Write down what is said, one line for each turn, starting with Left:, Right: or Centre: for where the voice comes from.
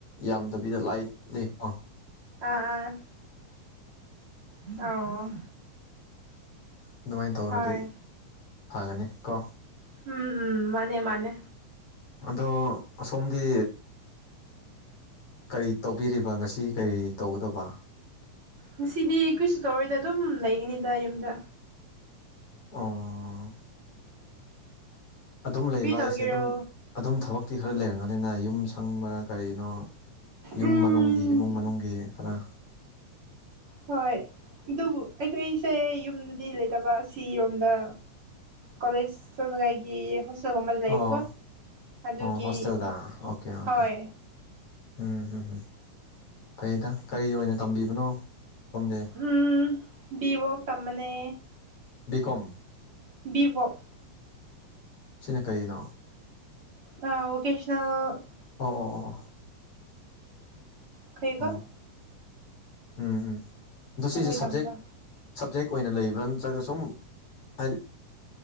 Left: ꯌꯥꯝꯗꯕꯤꯗ ꯂꯥꯏꯠ ꯂꯩ ꯀꯣ
Right: ꯑ ꯑꯣ
Left: ꯑꯗꯨꯃꯥꯏꯅ ꯇꯧꯔꯗꯤ
Right: ꯍꯣꯏ
Left: ꯐꯒꯅꯤ ꯀꯣ
Right: ꯎꯝ ꯎꯝ ꯃꯅꯦ ꯃꯥꯅꯦ
Left: ꯑꯗꯣ ꯑꯁꯣꯝꯗꯤ ꯀꯔꯤ ꯇꯧꯕꯤꯔꯤꯕ ꯉꯁꯤ ꯀꯔꯤ ꯇꯧꯒꯗꯕ
Right: ꯉꯁꯤꯗꯤ ꯀꯨꯏꯁꯨ ꯇꯧꯔꯣꯏꯗ ꯑꯗꯨꯝ ꯂꯩꯒꯅꯤꯗ ꯌꯨꯝꯗ
Left: ꯑꯣ ꯑꯗꯨꯝ ꯂꯩꯕ
Right: ꯀꯔꯤ ꯇꯧꯒꯦꯔꯣ
Left: ꯍꯥꯏꯁꯦ ꯑꯗꯨꯝ ꯑꯗꯨꯝ ꯊꯕꯛꯇꯤ ꯈꯔ ꯂꯩꯔꯝꯒꯅꯤꯅ ꯌꯨꯝ ꯁꯪꯕ ꯀꯔꯤꯅꯣ ꯌꯨꯝ
Right: ꯎꯝ
Left: ꯃꯅꯨꯡꯒꯤ ꯏꯃꯨꯡ ꯃꯅꯨꯡꯒꯤ ꯈꯔ
Right: ꯍꯣꯏ ꯑꯗꯨꯕꯨ ꯑꯩꯈꯣꯏ ꯑꯩꯁꯦ ꯌꯨꯝꯗꯗꯤ ꯂꯩꯇꯕ ꯑꯁꯤꯔꯣꯝꯗ ꯀꯣꯂꯦꯖ ꯆꯠꯂꯒ ꯑꯩꯗꯤ ꯍꯣꯁ ꯆꯒꯨꯝꯕꯗ
Left: ꯑꯣ
Right: ꯂꯩꯕꯀꯣ ꯑꯗꯨꯒꯤ
Left: ꯑꯣ ꯍꯣꯁꯇꯦꯜꯗ ꯑꯣꯀꯦ ꯑꯣꯀꯦ
Right: ꯍꯣꯏ
Left: ꯎꯝ ꯐꯩꯗ ꯀꯔꯤ ꯑꯣꯏꯅ ꯇꯝꯕꯤꯕꯅꯣ ꯁꯣꯝꯗꯦ
Right: ꯎꯝ ꯕꯤꯕꯣꯛ ꯇꯝꯕꯅꯦ
Left: ꯕꯤ ꯀꯣꯝ
Right: ꯕꯤꯕꯣꯛ
Left: ꯁꯤꯅ ꯀꯔꯤꯅꯣ
Right: ꯑ ꯋꯥꯀꯦꯁꯅ <inaudible>
Left: ꯑꯣ ꯑꯣ ꯑꯣ
Right: ꯈꯩꯀꯣ
Left: ꯑꯣ
Right: <inaudible>
Left: ꯎꯝ ꯎꯝ ꯑꯗꯣ ꯁꯤꯁꯦ
Right: ꯅꯈꯣꯏ
Left: ꯁꯥꯞꯖꯦꯛ
Right: ꯇꯝꯕ
Left: ꯁꯞꯖꯦꯛ ꯑꯣꯏꯅ ꯂꯩꯕ꯭ꯔꯥ ꯅꯠꯇ꯭ꯔꯒ ꯁꯨꯝ ꯍꯥꯏꯗꯤ